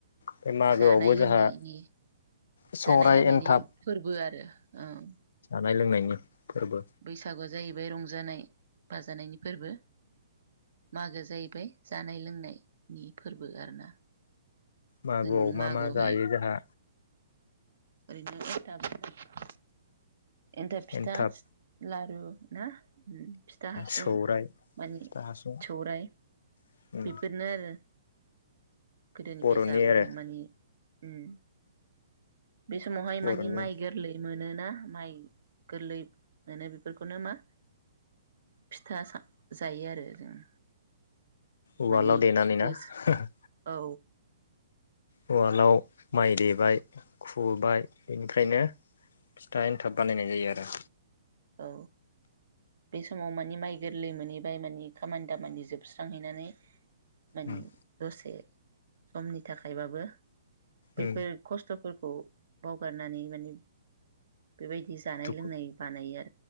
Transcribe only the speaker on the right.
जानाय
लोंनायनि
जानाय लोंनायनि
फोरबो आरो ओं
बैसागुआ ज जाहैबाय रंजानाय बाजानायनि फोरबो मागो जाहैबाय जानाय लोंनायनि फोरबो आरोना
जों
मागोआवहाय
ओरैनो एनथाब <unintelligible> एन्थाब फिथा
लारु ना उम फिथा हासुं
माने
सौराय
बेफोरनो आरो गोदोनिफ्राय
जाबोदों
मानि उम बे समावहाय
मानि माइ गोरलै मोनोना माइ गोरलै मोनो बेफोरखौनो मा फिथा सा जायो आरो जों
मानि
बोस
औ
औ बे समाव मानि माइ गोरलै मोनहैबाय मानि खामानि दामानि जोबस्रांहैनानै माने
दसे समनि थाखायबाबो बैफोर
खस्थ' फोरखौ बावगारनानै माने बेबायदि जानाय
लोंनाय बानायो आर